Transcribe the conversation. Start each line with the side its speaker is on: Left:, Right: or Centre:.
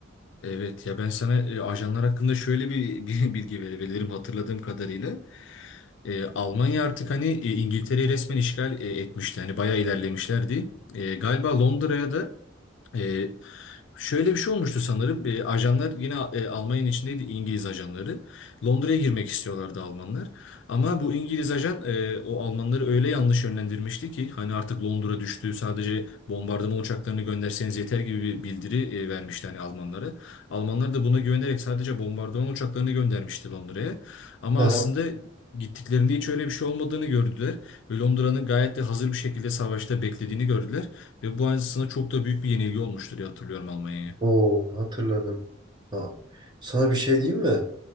Left: Evet ya ben sana e, ajanlar hakkında şöyle bir, <laughs> bir bilgi verebilirim hatırladığım kadarıyla. E, Almanya artık hani e, İngiltere'yi resmen işgal e, etmişti. Hani bayağı ilerlemişlerdi. E, galiba Londra'ya da e, şöyle bir şey olmuştu sanırım. E, ajanlar yine e, Almanya'nın içindeydi İngiliz ajanları. Londra'ya girmek istiyorlardı Almanlar. Ama bu İngiliz ajan e, o Almanları öyle yanlış yönlendirmişti ki hani artık Londra düştü sadece bombardıman uçaklarını gönderseniz yeter gibi bir bildiri e, vermişti hani Almanlara. Almanlar da buna güvenerek sadece bombardıman uçaklarını göndermişti Londra'ya. Ama
Right: Hı hı.
Left: aslında Gittiklerinde hiç öyle bir şey olmadığını gördüler ve Londra'nın gayet de hazır bir şekilde savaşta beklediğini gördüler. Ve bu aslında çok da büyük bir yenilgi olmuştur diye hatırlıyorum Almanya'ya.
Right: Oo hatırladım. Ha. Sana bir şey diyeyim mi?